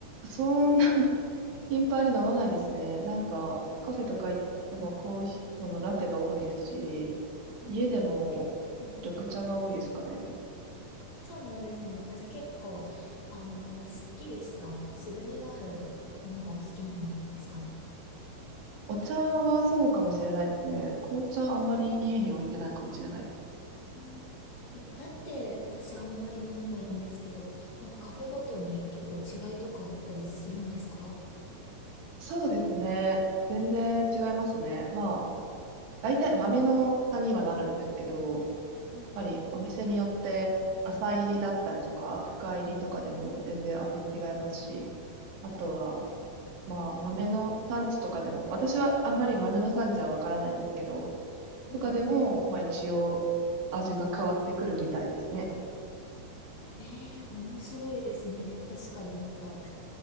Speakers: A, on the right (about 85°); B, on the left (about 50°).
A: そんなに <laughs> 頻繁に飲まないですね。なんか、カフェとか行ってもコーヒー、
B: うん
A: そのラテが多いですし、
B: あー、
A: 家でも
B: え、うんうん。
A: 緑茶が多いですかね。
B: そうなんですね。あ、じゃあ結構、あのーすっきりした、渋みがあるものがお好きなんですかね。
A: お茶はそうかもしれないですね。紅茶あんまり家に置いてないかもしれないです。
B: うん、え、だって私あんまり飲まないんですけど、なんかカフェごとに結構違いとかあったりするんですか
A: そうですね。全然違いますね。まあ、大体豆の差にはなるんですけど、やっぱりお店によって浅入りだったりとか、
B: うん
A: 深入りとかでも全然味違いますし、あとは、
B: うん。へえ。
A: まあ、
B: うん
A: 豆の産地とかでも、私はあんまり豆の産地はわからないんですけど、
B: うん
A: とかでも、まあ一応味が変わってくるみたいですね。
B: ええ、面白いですね。確かになんか、